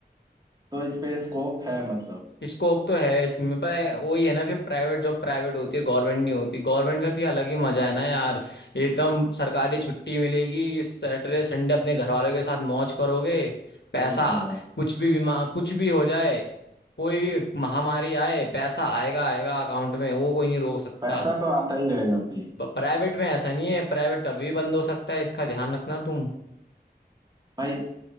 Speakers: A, on the right; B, on the left.
A: तो इस पे स्कोप है मतलब
B: स्कोप तो है इसमें पर वही है ना फिर प्राइवेट जॉब प्राइवेट होती है गवर्नमेंट नहीं होती गवर्नमेंट का फिर अलग ही मजा है ना यार एकदम सरकारी छुट्टी मिलेगी सैटरडे संडे अपने घर वालों के साथ मौज करोगे पैसा
A: सही था
B: कुछ भी बीमा कुछ भी हो जाए कोई भी महामारी आए पैसा आएगा आएगा अकाउंट में वो कोई नहीं रोक सकता
A: पैसा तो आता ही रहेगा भाई
B: प्राइवेट में ऐसा नहीं है प्राइवेट कभी भी बंद हो सकता है इसका ध्यान रखना तुम
A: भाई